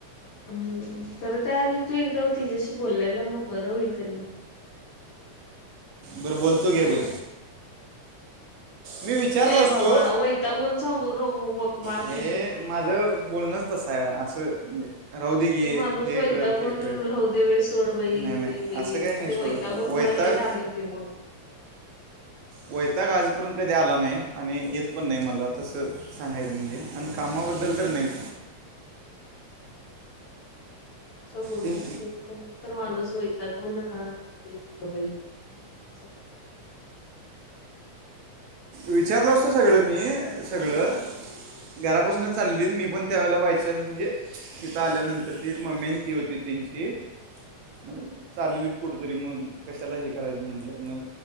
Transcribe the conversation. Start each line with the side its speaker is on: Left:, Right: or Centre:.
Left: हम्म खरं त्याआधी तू एकदा तिच्याशी बोलल्याला मगं बरं होईल की नाही.
Right: बरं, बोलतो घे
Left: नाही
Right: बाई. मी विचारलो
Left: ए
Right: असतो.
Left: बाबा वैतागून सांगू नको बघ मार
Right: हे
Left: खाशील
Right: माझ बोलण तसायं आहे असं राहू दे गे
Left: ते माणूस
Right: हे
Left: वैतागून
Right: कर ते कर
Left: राहूदे बाई सोड बाई
Right: नाही नाही
Left: हे बाई
Right: असं काही नाही
Left: ते
Right: सोड
Left: वैतागून
Right: वैताग
Left: मला लई राग येतोय मगं.
Right: वैताग आजपर्यंत कधी आला नाही आणि येत पण नाही मला तसं सांगायचं म्हणजे आणि कामावर बदल तरं नाहीच.
Left: <inaudible> असं बोलला
Right: तीन
Left: की कोण तर माणूस वैतागून राहू दे सोड बाई असं म्हण सं वाटलत.
Right: विचारलो असत सगळं मी सगळं घरापासून चाललीत मी पण त्यावेळेला बाय चान्स म्हणजे तिथं आल्यानंतर ती मम्मी आणि ती होती त्यांची मग चालली कुठंतरी मगं कशाला हे करायचं म्हटलं मगं